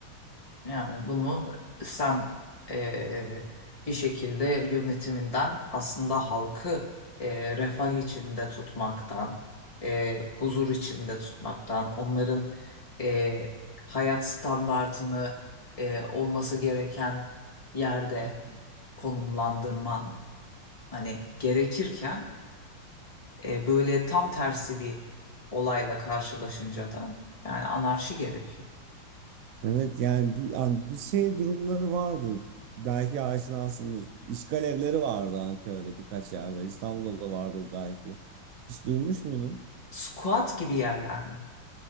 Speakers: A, on the left (about 20°); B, on the right (about 70°).
A: Yani bunu sen eee, bir şekilde yönetiminden aslında halkı eee, refah içinde tutmaktan, eee, huzur içinde tutmaktan, onların eee, hayat standartını eee, olması gereken yerde
B: <laughs>
A: konumlandırman hani gerekirken eee, böyle tam tersi bir olayla karşılaşınca da yani anarşi gerekiyor.
B: Evet yani, bu- yani bir şey durumları vardı. Belki aşinasındır. İşgal evleri vardı Ankara'da birkaç yerde. İstanbul'da da vardır belki. Hiç duymuş muydun?
A: Squat gibi yerler mi?